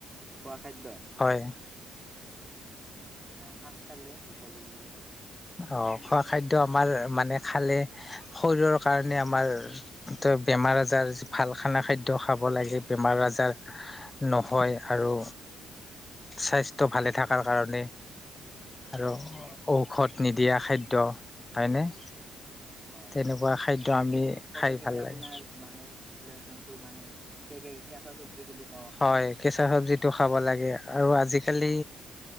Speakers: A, on the right; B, on the left.
A: খোৱা খাদ্য
B: হয়।
A: শাক খালে উপযোগী বুলি ভাবো।
B: অ খোৱা খাদ্য আমাৰ মানে খালে শৰীৰৰ কাৰণে আমাৰ বেমাৰ আজাৰ ভাল খানা খাদ্য খাব লাগে বেমাৰ আজাৰ নহয় আৰু।
A: <inaudible>
B: স্বাস্থ্য ভালে থকাৰ কাৰণে আৰু ঔষধ নিদিয়া খাদ্য হয়নে।
A: হয়
B: তেনেকুৱা খাদ্য
A: সেইটো
B: আমি
A: ক'ব
B: খাই
A: গলে
B: ভাল
A: আপোনাৰ
B: লাগে।
A: মানে এইবিলাক জন্তু মানে কে কেঁচা চব্জি বুলি ক
B: হয় কেঁচা চব্জিতটো খাব লাগে আৰু আজিকালি